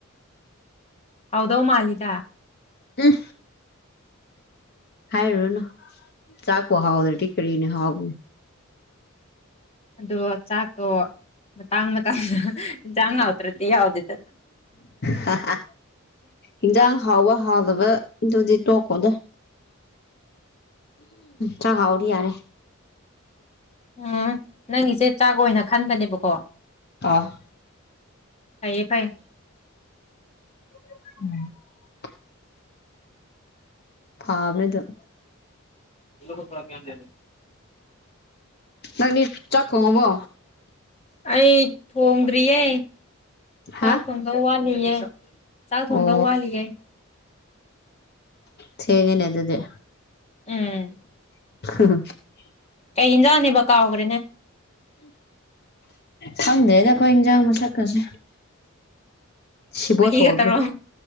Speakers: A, on the left (about 30°); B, on the left (about 50°).
A: ꯍꯥꯎꯗꯧ ꯃꯥꯂꯤꯗ
B: ꯎꯝ ꯍꯥꯏꯔꯨꯔꯅꯨ ꯆꯥꯛꯄꯨ ꯍꯥꯎꯗ꯭ꯔꯗꯤ ꯀꯔꯤꯅꯤ ꯍꯥꯎꯒꯅꯤ
A: ꯑꯗꯣ ꯆꯥꯛꯇꯣ ꯃꯇꯥꯡ ꯃꯇꯥꯡꯗ ꯏꯟꯁꯥꯡ ꯍꯥꯎꯗ꯭ꯔꯗꯤ ꯌꯥꯎꯗꯦ
B: ꯍꯥ ꯍꯥ ꯏꯟꯖꯥꯡ ꯍꯥꯎꯕ ꯍꯥꯎꯗꯕ ꯑꯗꯨꯗꯤ ꯇꯣꯛꯈꯣꯗ ꯆꯥꯛ ꯍꯥꯎꯔꯗꯤ ꯌꯥꯔꯦ
A: ꯎꯝ ꯅꯪꯒꯤꯁꯦ ꯆꯥꯛ ꯑꯣꯏꯅ ꯈꯟꯕꯅꯦꯕꯀꯣ
B: ꯑꯥ
A: ꯐꯩꯌꯦ ꯐꯩꯌꯦ
B: <inaudible> ꯐꯥꯕꯅꯦꯗꯨꯝ
A: <inaudible>
B: ꯅꯪꯅꯤ ꯆꯥꯛꯊꯣꯡꯉꯕꯣ
A: ꯑꯩ ꯊꯣꯡꯗ꯭ꯔꯤꯌꯦ
B: ꯍꯥ
A: ꯆꯥꯛ ꯊꯣꯡꯗꯧ ꯋꯥꯠꯂꯤꯌꯦ ꯆꯥꯛ ꯊꯣꯡꯗꯧ
B: ꯑꯣ
A: ꯋꯥꯠꯂꯤꯒꯦ
B: ꯊꯦꯡꯉꯦꯅꯦ ꯑꯗꯨꯗꯤ
A: ꯎꯝ
B: <inaudible>
A: ꯀꯩ ꯑꯦꯟꯖꯥꯡꯅꯦꯕ ꯑꯣꯏꯒ꯭ꯔꯦꯅꯦ
B: ꯈꯪꯗꯦꯗ ꯈꯣꯏꯖꯥꯡ ꯃꯁꯛꯀꯁꯦ ꯁꯤꯕꯣꯠꯇ
A: ꯃꯍꯤꯒ
B: ꯊꯣꯡꯉꯦ
A: ꯇꯧꯔꯣ